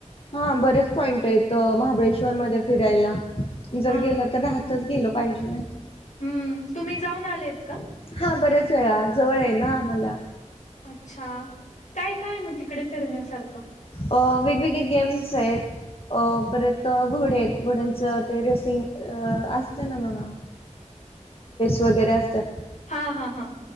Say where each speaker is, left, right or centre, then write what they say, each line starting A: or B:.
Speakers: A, on the left; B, on the left.
A: हा बरेच पॉईंट आहेत महाबळेश्वर मध्ये फिरायला जर
B: हा
A: गेलं तर राहतच गेलं पाहिजे माहि
B: हम्म तुम्ही जाऊन आलेत का
A: हा बरेच वेळा जवळ आहे ना आमला
B: अच्छा काय काय मग तिकडे फिरण्यासारखं
A: अ वेगवेगळे गेम्स आहेत बत घोड आहेत घोड्यांचं ते रेसिंग अ असते ना बघा वगर असा
B: हा हा हा